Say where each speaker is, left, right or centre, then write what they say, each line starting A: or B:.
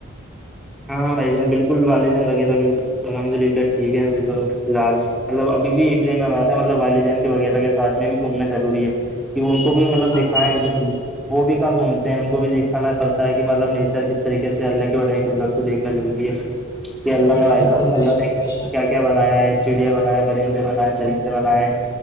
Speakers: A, in the centre; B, on the left (about 20°).
A: ہاں بھائی جان بالکل وال جان وغیرہ بالکل الحمد للہ ٹھیک ہے ابھی تو فی الحال مطلب ابھی بھی ایک دین آا تھا مطلب والدین کے وغیرہ کے ساتھ میں بھی گھومنا ضروری ہے کہ ان کو بھی مطلب
B: ہاں
A: دکھیں
B: جی
A: وہ
B: بالکل
A: وہ بھی کہاں گھومتے ہیں ان کو بھی دکھانا پڑتا ہے کہ مطلب نیچر کس طریقے سے اللہ کی بنائی کی قدرت کو دیکھنا ضروری ہے کہ اللہ نے
B: بالکل
A: اللہ
B: بے شک
A: نے کیا
B: بے
A: کیا بنایا ہے چڑیا بنایا ہے پرندے بنائے ہیں چندے بنائے ہیں